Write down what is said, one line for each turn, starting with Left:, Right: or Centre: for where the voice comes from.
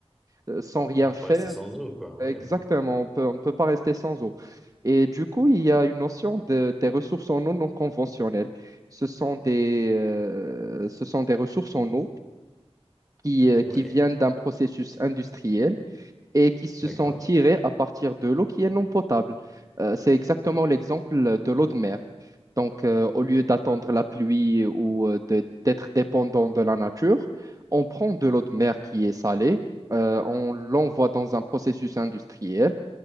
Right: euh, sans rien
Centre: On peut
Right: faire
Centre: pas rester sans eau, quoi. Ouais.
Right: Exactement, on peut, on ne peut pas rester sans eau. Et du coup, il y a une notion de- des ressources en eau non conventionnelles. Ce sont des, euh, ce sont des ressources en eau qui, euh,
Centre: Ouais.
Right: qui
Centre: Ouais.
Right: viennent d'un processus industriel et qui se
Centre: D'accord.
Right: sont tirées à partir de l'eau qui est non potable. Euh, c'est exactement l'exemple de l'eau de mer. Donc, euh, au lieu d'attendre la pluie ou euh, de- d'être dépendant de la nature, on prend de l'eau de mer qui est salée, euh, on l'envoie dans un processus industriel